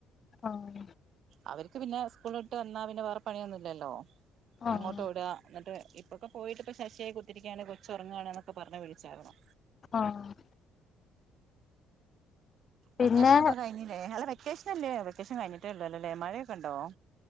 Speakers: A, on the left (about 40°); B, on the right (about 65°).
A: ആഹ്
B: അവർക്ക് പിന്നെ സ്കൂളിട്ട് വന്നാ പിന്നെ വേറെ പണിയൊന്നുല്ലല്ലോ.
A: ആഹ്
B: അങ്ങോട്ട് വിട എന്നിട്ട് ഇപ്പൊക്കെ പോയിട്ട് ഇപ്പോ ശശിയായി കുത്തിരിക്കയാണ് കൊച്ചു ഉറങ്ങുവാണ് എന്നൊക്കെ പറഞ്ഞ് വിളിച്ചാരുന്നു.
A: ആഹ്. പിന്നെ
B: വെക്കേഷൻ ഒക്കെ കഴിഞ്ഞില്ലേ അല്ല വെക്കേഷൻ അല്ലേ വെക്കേഷൻ കഴിഞ്ഞിട്ടേ ഉള്ളു അല്ലെ ല്ലേ മഴയൊക്കെ ഉണ്ടോ?